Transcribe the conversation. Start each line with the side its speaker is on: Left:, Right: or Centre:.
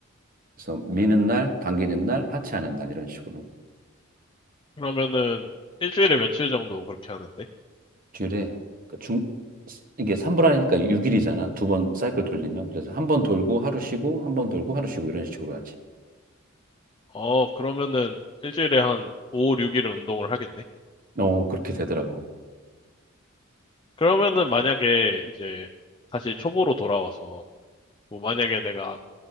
Right: 그래서 미는 날, 당기는 날, 하체하는 날 이런 식으로
Left: 그러면은 일주일에 며칠 정도 그렇게 하는데?
Right: 주일에 그 중, 이게 3분할이니까 6일이잖아. 두 번 사이클 돌리면 그래서 한 번 돌고 하루 쉬고 한 번 돌고 하루 쉬고 이런 식으로 하지.
Left: 어, 그러면은 일주일에 한 5, 6일은 운동을 하겠네?
Right: 어 그렇게 되더라고.
Left: 그러면은 만약에 이제 다시 초보로 돌아와서 뭐 만약에 내가